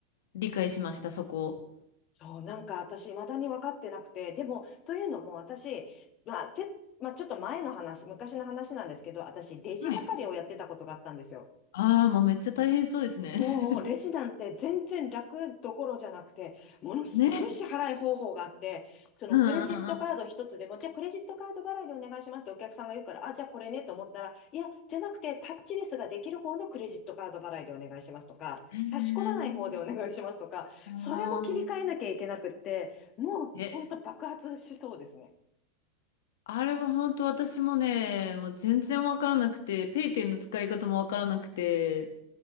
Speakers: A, on the left; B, on the left.
A: 理解しました、そこ。
B: そう、なんか私、未だに分かってなくて、でも、というのも私、まあ、て、まあ、ちょっと前の話、昔の話なんですけど、私、レジ係をやってたことがあったんですよ。
A: はい。ああ、もうめっちゃ大変そうですね。
B: もうレジなんて全然楽どころじゃなくて、
A: <laughs>
B: ものすごい支払い方法があって、
A: ね。
B: そのクレジットカード一つでも、
A: うんうん
B: じゃあクレジットカード払いでお願いしますってお客さんが言うから、あ、じゃあこれねと思ったら、いや、じゃなくてタッチレスができる方のクレジットカード払いでお願いしますとか、
A: うん。
B: 差し込まない方でお願いしますとか、
A: ああー
B: それも切り替えなきゃいけなくって、もう本当爆発しそうですね。
A: え、あれは本当私もね、もう全然わからなくて、ペイペイの使い方もわからなくて、